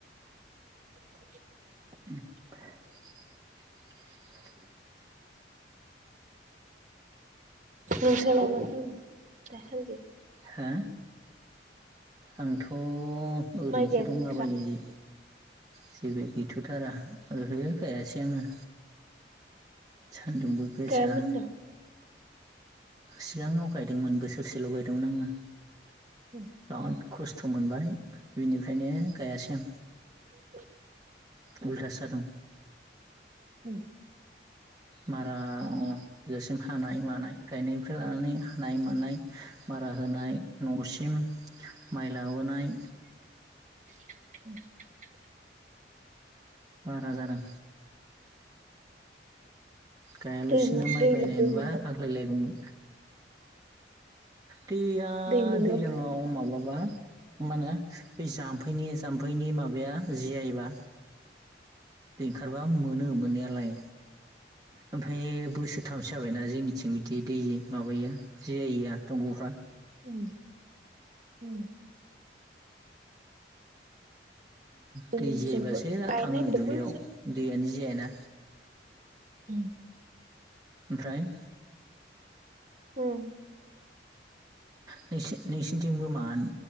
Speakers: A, on the right; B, on the right.
A: <inaudible>
B: <inaudible>
A: नोंसोराव मा खालामो दासान्दि?
B: हो आंथ' ओरैनोसो
A: माइ गायाखै
B: दंलाबायो
A: नोंस्रा
B: जि जेबो गैथ'थारा ओहो गायासै आङो सान्दुंबो गोसा।
A: गायामोन दा
B: सिगाङाव गायदोंमोन बोसोरसेल' गायदोंमोन आङो
A: <inaudible>
B: बि खस्थ' मोनबाय बिनिफ्रायनो गायासै आं।
A: <inaudible>
B: उलथ सा दं।
A: <inaudible>
B: मारा जासिम हानाय मानाय गायनायनिफ्राय लानानै हानाय मानाय। मारा होनाय न'सिम माइ लाबोनाय।
A: <inaudible>
B: बारा जादों। गायालासिना
A: दै
B: माइ
A: दै
B: बायनायबा
A: दै मोनो
B: आग्लायलायगौमोन। दैया
A: दै मोनो
B: दैलाङाव
A: ओमफ्राय
B: माबाबा मा होनो बे जाम्फैनि जाम्फैनि माबाया जियायोबा। दै ओंखारबा मोनो मोननायालाय। ओमफ्राय बोसोरथामसो जाबायना जोंनिथिं। बिदि दैयै माबाया जि जायैया दंग'फ्रा।
A: उम <inaudible> जोंनिथिंबो
B: दै जायोबासो
A: गायनो
B: थाङो
A: नागिरदोंमोन
B: दुब्लियाव दैयानो जायाना।
A: ओम
B: ओमफ्राय
A: उम
B: नों नोंसिनिथिंबो मान